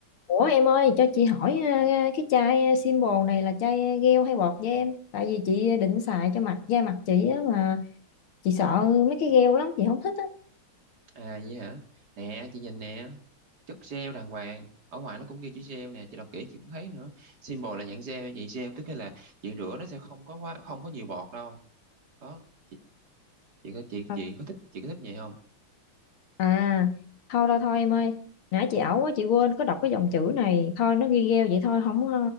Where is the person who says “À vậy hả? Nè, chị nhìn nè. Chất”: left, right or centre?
Right